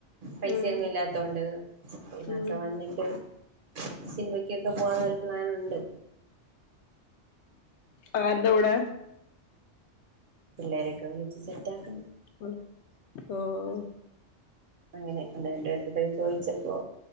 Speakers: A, on the right; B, on the left.
A: പൈസയൊന്നും
B: ഉം
A: ഇല്ലാത്തോണ്ട്. മാസം
B: ഉം
A: വന്നിട്ട് സിനിമയ്ക്ക് ഒക്കെ പോകണം ഒരു പ്ലാനുണ്ട്.
B: <inaudible> ആരുടെ കൂടെ?
A: പിള്ളേരൊക്കെ വിളിച്ച് സെറ്റാക്കണം
B: ഓഹ്, ഓഹ്
A: അങ്ങനെ <unintelligible> നേരത്തെ ചോദിച്ചപ്പോ